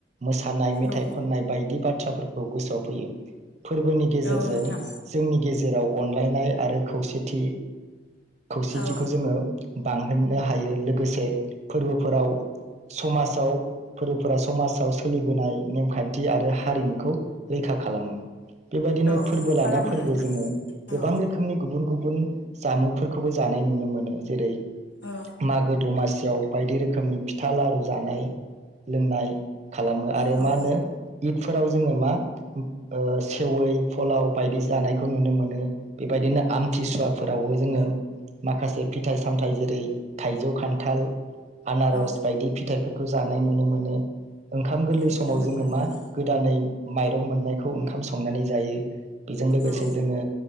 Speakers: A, on the right (about 40°); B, on the left (about 70°).
A: मोसानाय मेथाइ
B: औ
A: खननाय बायदि बाथ्रा बाथ्रा फोरखौ गोसोआव फैयो फोरबोनि गेजेरजों
B: औ नोंथां
A: जोंनि गेजेराव अनलायनाय आरो खौसेथि खौसेथिखौ
B: औ
A: जोङो बांहोनो हायो लोगोसे फोरबोफोराव समाजाव फोरबोफोरा समाजाव सोलिबोनाय नेमखान्थि आरो हारिमुखौ रैखा खालामो। बेबायदिनो
B: औ
A: फोरबो लाना
B: खालामो
A: फोरबो
B: नोंथां
A: जोङो गोबां
B: औ
A: रोखोमनि गुबुन गुबुन गुबुन जामुंफोरखौबो जानाय नुनो मोनो जेरै
B: औ
A: मागो दमासि याव बायदि रोखोमनि फिथा लारु जानाय लोंनाय खालामो आरो
B: औ
A: मा होनो इद फोराव जोङो मा ओ सेवै फलाव बायदि जानायखौ नुनो मोनो बेबायदिनो आमथिसुवाफोरावबो जोङो माखासे फिथाइ सामथाइ जेरै थाइजौ, खान्थाल आनारस
B: औ
A: बायदि फिथाइफोर खौ जानाय नुनो मोनो ओंखाम गोरलै
B: नुनो
A: समाव
B: मोनो
A: जोंङो
B: नोंथां
A: मा गोदानै माइरं मोननायखौ ओंखाम स संनानै जायो बेजों लोगोसे
B: औ
A: जोंङो